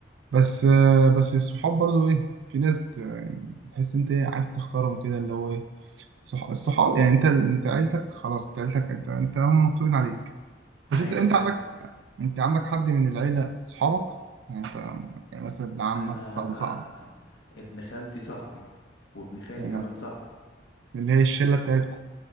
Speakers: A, on the right; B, on the left.
A: بس آه، بس الصحاب برضو إيه في ناس ت- يعني تحس أنت إيه عايز تختارهم كده اللي هو إيه الصح- الصحاب يعني أنت أنت عيلتك خلاص أنت عيلتك أنت أنت هم مكتوبين عليك بس
B: ايوه
A: أنت أنت
B: فعلا
A: عندك أنت عندك حد من العيلة صحابك يعني أنت يعني مثلا ابن عمك
B: انا
A: صعب صعب
B: ابن خالتي صاحبي وابن خالي
A: يعني
B: كمان صاحبي
A: اللي هي الشلة بتاعتكم